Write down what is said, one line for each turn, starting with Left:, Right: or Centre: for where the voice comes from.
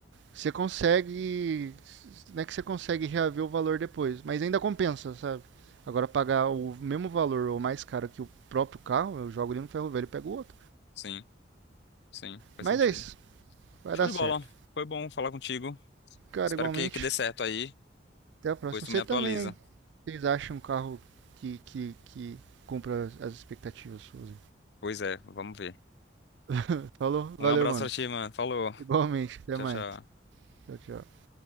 Right: você consegue né, que você consegue reaver o valor depois. Mas ainda compensa, sabe? Agora pagar o mesmo valor ou mais caro que o próprio carro, eu jogo ele no ferro velho e pego o outro.
Left: Sim, sim, faz
Right: Mas
Left: sentido.
Right: é isso. Vai
Left: Show
Right: dar
Left: de
Right: certo.
Left: bola, foi bom falar contigo.
Right: Cara,
Left: Espero
Right: igualmente.
Left: que, que dê certo aí.
Right: Até a próxima.
Left: Depois tu
Right: Você
Left: me atualiza.
Right: também, hein? Vocês acham um carro que, que, que cumpra as as expectativas suas?
Left: Pois é, vamos ver.
Right: <laughs> Falou? Valeu,
Left: Um abraço
Right: mano.
Left: pra ti, mano. Falou.
Right: Igualmente. Até
Left: Tchau,
Right: mais.
Left: tchau.
Right: Tchau, tchau.